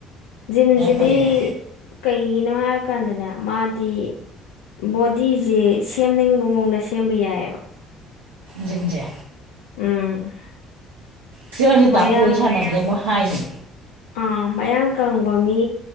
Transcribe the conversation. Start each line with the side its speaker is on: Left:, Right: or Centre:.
Left: ꯖꯤꯝꯖꯤꯗꯤ
Right: ꯀꯔꯤꯅꯣ
Left: ꯀꯩꯒꯤꯅꯣ ꯍꯥꯏ ꯀꯥꯟꯗꯅꯦ ꯃꯥꯗꯤ ꯕꯣꯗꯤꯁꯦ ꯁꯦꯝꯅꯤꯡꯕ ꯃꯑꯣꯡꯗ ꯁꯦꯝꯕ ꯌꯥꯏꯌꯦꯕ
Right: ꯖꯤꯝꯖꯦ
Left: ꯎꯝ
Right: ꯆ꯭ꯔꯁꯦ
Left: ꯃꯌꯥꯡ
Right: ꯗꯥꯄꯣꯏ ꯁꯥꯟꯅꯕꯗ ꯃꯣꯏ ꯍꯥꯏꯅꯦ
Left: ꯑꯥ ꯃꯌꯥꯡ ꯀꯪꯕ ꯃꯤ